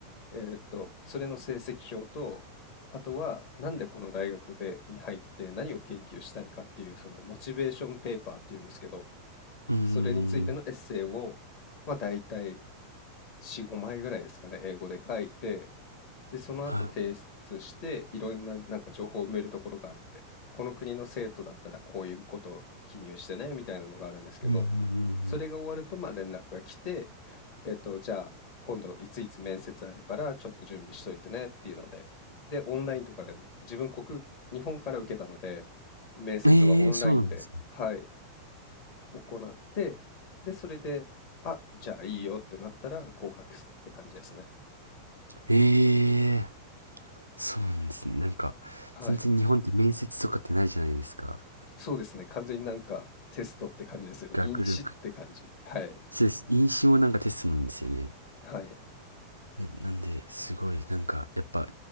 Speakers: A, on the left (about 40°); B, on the right (about 85°).
A: えーっと、それの成績表と、あとはなんでこの大学でに入って何を研究したいかっていうそのモチベーションペーパーっていうんですけど、
B: うーん、
A: それについてのエッセイを、まあ、大体4、5枚ぐらいですかね、英語で書いて、で、その後提出して、
B: は
A: いろんななんか情報を埋めるところがあって、この国の生徒だったらこういうことを記入してね、みたいなのがあるんですけど、
B: い。うんうん
A: それが終わると、まあ連絡が来て、えっと、じゃあ、今度いついつ面接あるから、ちょっと準備しといてねっていうので、で、オンラインとかでも、自分国、日本から受けたので、面接はオンラインで、
B: うんうん。ええー、そうなんですね。
A: はい、行って、で、それで、あ、じゃあいいよってなったら合格って感じですね。
B: ええー、そうなんですね。なんか、
A: はい。
B: 全然日本って面接とかってないじゃないですか。
A: そうですね。完全になんかテストって感じですよね。
B: 学力。
A: インチって感じ。はい。
B: そうです。飲酒もなんかテストなんですよね。
A: はい。
B: いやなんで、すごい、なんか、やっぱ、